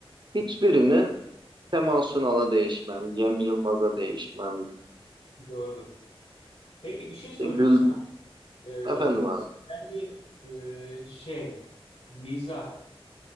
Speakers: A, on the right; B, on the left.
A: hiçbirini Kemal Sunal'a değişmem, Cem Yılmaz'a değişmem,
B: doğrudur. Peki bir şey
A: işte
B: soracağım
A: Gül,
B: sana. Ee,
A: efendim abi.
B: sence e, şey mizah